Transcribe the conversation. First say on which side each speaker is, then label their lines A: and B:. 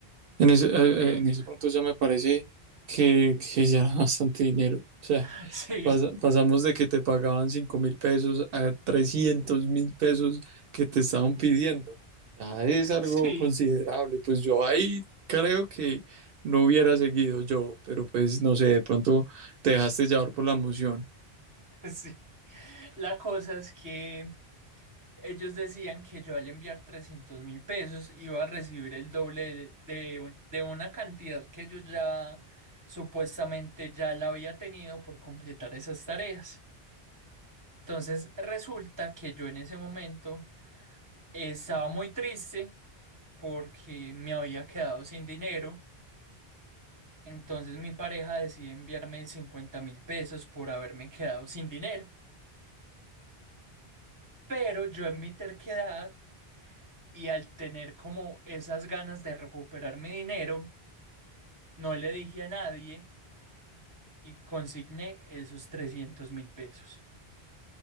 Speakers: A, on the right (about 70°); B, on the right (about 20°).
A: en ese, eh, eh,
B: Dime.
A: en ese punto ya me parece que, que ya era bastante dinero. O sea,
B: <laughs> Sí,
A: pasa- pasamos de que te pagaban cinco mil pesos a trescientos mil pesos que te estaban pidiendo. Ya es algo
B: sí.
A: considerable. Pues yo ahí creo que no hubiera seguido yo, pero pues no sé, de pronto te dejaste llevar por la emoción.
B: <laughs> Sí. La cosa es que ellos decían que yo al enviar trescientos mil pesos iba a recibir el doble de, de un- de una cantidad que yo ya supuestamente ya la había tenido por completar esas tareas. Entonces resulta que yo en ese momento estaba muy triste porque me había quedado sin dinero. Entonces mi pareja decide enviarme cincuenta mil pesos por haberme quedado sin dinero. Pero yo en mi terquedad Y al tener como esas ganas de recuperar mi dinero, no le dije a nadie y consigné esos trescientos mil pesos.